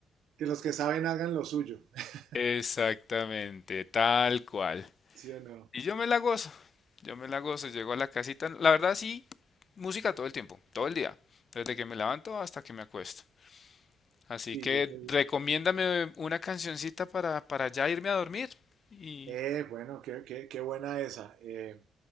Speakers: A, on the right; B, on the left.
A: Que los que saben hagan lo suyo. <laughs>
B: Exactamente, tal cual.
A: ¿Sí o no?
B: Y yo me la gozo, yo me la gozo, llego a la casita, la verdad sí, música todo el tiempo, todo el día, desde que me levanto hasta que me acuesto. Así
A: Sí,
B: que
A: yo soy.
B: recomiéndame una cancioncita para, para ya irme a dormir. Y...
A: Eh, bueno, qué, qué, qué buena esa. Eh,